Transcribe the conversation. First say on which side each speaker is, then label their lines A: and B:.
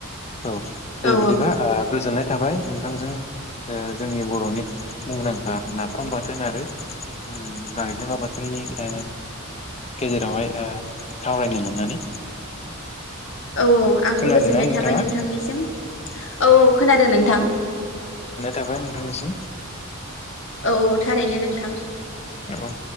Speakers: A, on the left; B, on the left.
A: औ दे
B: औ
A: बिदिबा गोजोननाय थाबाय नोंथांजों जोंनि बर'नि मुंदांखा नाफाम बाथोन आरो ओम गांजेमा बाथोननि ओ गेजेरावहाय ओ सावरायनो मोननानै।
B: औ औ आंबो
A: खोनादोंना
B: गोजोननाय
A: नोंथाङा
B: थाबाय नोंथांनिसिम औ औ खोनादों नोंथां।
A: जाबाय नोंथांनिसिम
B: औ थारैनो नोंथां।
A: औ